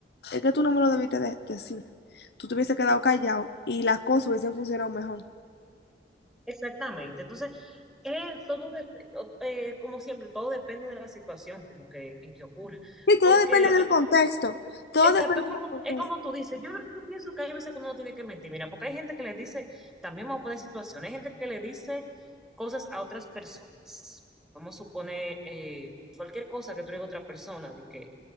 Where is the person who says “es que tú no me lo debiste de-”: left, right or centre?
Left